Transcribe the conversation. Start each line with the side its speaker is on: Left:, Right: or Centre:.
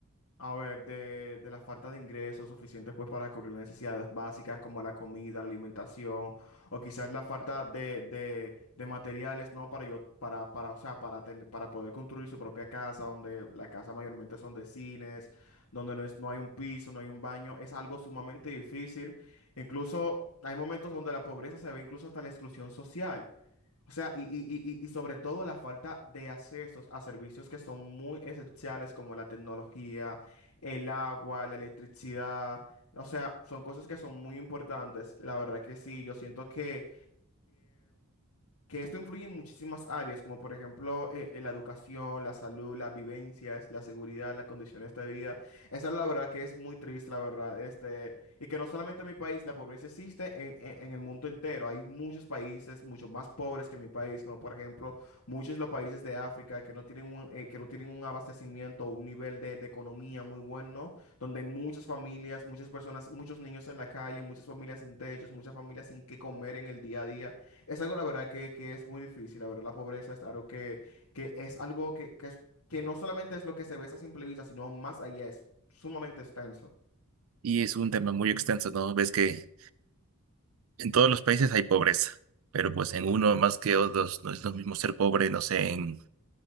Left: A ver, de, de la falta de ingresos suficientes pues para cubrir necesidades básicas como la comida, la alimentación, o quizás la falta de, de, de materiales, ¿no? Para yo, para, para, o sea, para tener, para poder construir su propia casa, donde la casa mayormente son de cines, donde no es, no hay un piso, no hay un baño, es algo sumamente difícil. Incluso hay momentos donde la pobreza se ve incluso hasta la exclusión social. O sea, y, y, y, y y sobre todo la falta de accesos a servicios que son muy esenciales como la tecnología, el agua, la electricidad. O sea, son cosas que son muy importantes. La verdad que sí, yo siento que, que esto influye en muchísimas áreas, como por ejemplo eh, eh, la educación, la salud, las vivencias, la seguridad, las condiciones de vida. Esa es la verdad que es muy triste, la verdad. Este, y que no solamente en mi país, la pobreza existe en, en- en el mundo entero. Hay muchos países, mucho más pobres que mi país, como por ejemplo muchos de los países de África que no tienen un, eh, que no tienen un abastecimiento, un nivel de, de economía muy bueno, donde hay muchas familias, muchas personas, muchos niños en la calle, muchas familias sin techos, muchas familias sin qué comer en el día a día. Es algo, la verdad, que, que es muy difícil. La verdad, la pobreza es algo que, que es algo que, que, es- que no solamente es lo que se ve a simple vista, sino más allá, es sumamente extenso.
Right: Y es un tema muy extenso, ¿no? Ves que en todos los países hay pobreza, pero pues en uno más que otros no es lo mismo ser pobre, no sé, en